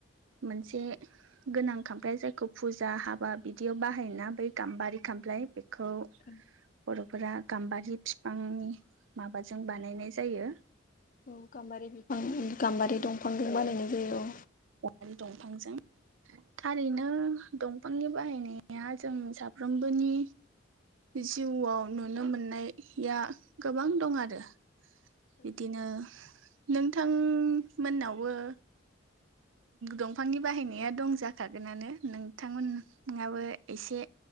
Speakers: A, on the right; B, on the left.
A: मोनसे गोनां खामफ्लाय जायखौ फुजा हाबा बिदियाव बाहायोना बै गाम्बारि खामफ्लाय बेखौ
B: औ
A: बर'फोरा गाम्बारि फिफांनि माबाजों बानायनाय जायो
B: औ गाम्बारि बिफां गाम्बारि दंफांजों बानायनाय जायो औ
A: आरो दंफांजों थारैनो दंफांनि बाहायनाया जों साफ्रोमबोनि जिउआव नुनो मोननाया गोबां दं आरो बिदिनो नोंथां मोननावबो दंफांनि बाहायनाया दं जाखागोनानो नोंथांमोन नाबो एसे